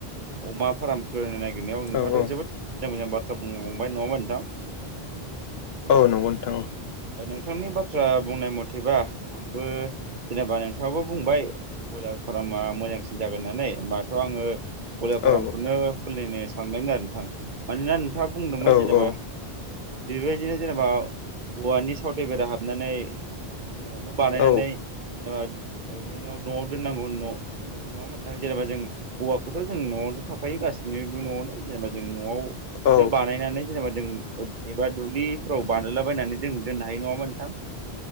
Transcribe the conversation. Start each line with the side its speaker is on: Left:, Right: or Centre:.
Right: अमा फारामफोर निरनायाव नोंथाङाथ'
Left: औ औ
Right: जोबोद मोजां मोजां बाथ्रा बुंनोलांबाय नङाबा नोंथां?
Left: औ नंगौ नोंथां।
Right: नोंथांनि बाथ्रा बुंनाय मथेबा आंबो जेनेबा नोंथाङावबो बुंबाय बयलार फार्मा मोजांसिन जागोन होननानै होनोमबाथ' आङो बयलार फारामखौनो
Left: औ
Right: खुलिनो सानबायमोन आरो नोंथां मानोना नोंथाङा बुंदोंमोन
Left: औ
Right: जेनेबा
Left: औ
Right: बेबायदिनो जेनेबा औवानि सावथे बेरा हाबनानै जेनेबा न' बानायनानै
Left: औ
Right: जेनेबा न'आव न'आव दोननांगौ न होनदों नङा होनबा नोंथां जेनेबा जों औवाखौथ' जों न'आवथ' थाखायो गासैबो गास सिनिबो न'आवनो जेनेबाजों न'आवनो
Left: औ
Right: बानायनानै जेनेबा जों एबा दुब्लिफोराव बानायलाबायनानै जों दोननो हायो नङा होनबा नोंथां?